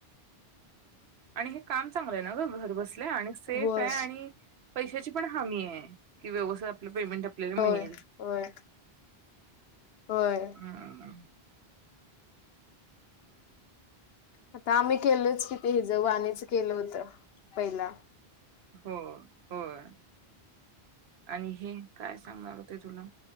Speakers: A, on the right; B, on the left.
A: आणि हे काम चांगलंय ना ग घर बस ल्या आणि सेफे
B: होय
A: आणि पैशाची पण हाम्मीये कि व्यवसाय आपल्या पेमेंट आपल्याला
B: होय
A: मिळेल.
B: होय होय
A: हम्म.
B: आता आम्ही केलच कि ते हेच वाणिच केलं होतं पहिला.
A: हो होय आणि हे काय सांगणार होते तुला